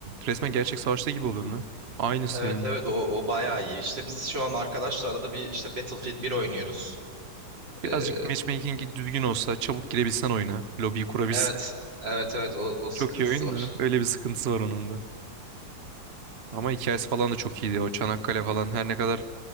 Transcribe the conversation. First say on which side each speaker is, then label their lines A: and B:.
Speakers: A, on the right; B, on the right.
A: resmen gerçek savaşta gibi oluyor lan aynısı
B: Evet
A: yani
B: evet o, o bayağı iyi. İşte biz şu an arkadaşlarla da bir işte Battlefield bir oynuyoruz.
A: Birazcık
B: Ee,
A: matchmaking'i düzgün olsa, çabuk girebilsen oyuna, lobiyi kurabilsen.
B: evet evet evet o,
A: <laughs>
B: o sıkıntısı
A: Çok iyi oyun
B: var.
A: da öyle
B: <laughs>
A: bir sıkıntısı var onun da. Ama hikayesi falan da çok iyiydi o Çanakkale falan her ne kadar